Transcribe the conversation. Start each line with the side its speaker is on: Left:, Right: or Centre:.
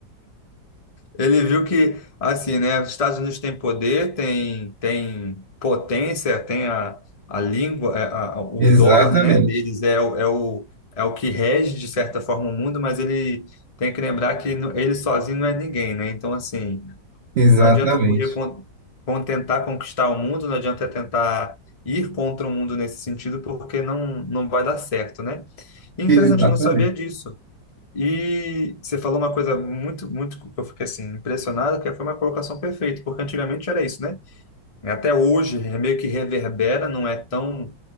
Left: Ele viu que, assim, né, os Estados Unidos têm poder, tem, tem potência, tem a, a língua, é, a- a- o
Right: Exatamente,
Left: dólar, né, deles é, o, é o é o que rege, de certa forma, o mundo, mas ele tem que lembrar que no- ele sozinho não é ninguém, né? Então, assim,
Right: exatamente,
Left: Não adianta correr con- con- tentar conquistar o mundo, não adianta tentar ir contra o mundo nesse sentido, porque não, não vai dar certo, né? E é
Right: exatamente.
Left: interessante, eu não sabia disso. E você falou uma coisa muito, muito que eu fiquei assim impressionado, que foi uma colocação perfeita, porque antigamente era isso, né? Até hoje é meio que reverbera, não é tão